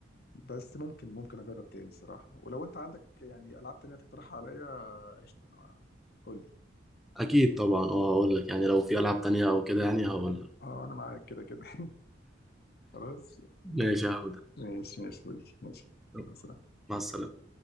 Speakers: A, on the left; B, in the centre.
A: بس ممكن ممكن اجرب تاني الصراحه ولو انت عندك يعني العاب تانيه تقترحها عليا قشطه انا قول لي
B: اكيد طبعا اه هقول لك يعني لو في العاب تانية او كده يعني هقول لك
A: اه انا معاك كده كده <laughs> خلاص
B: ماشي يا حوده
A: ماشي ماشي يا صديقي ماشي
B: يلا،
A: خلاص
B: مع السلامة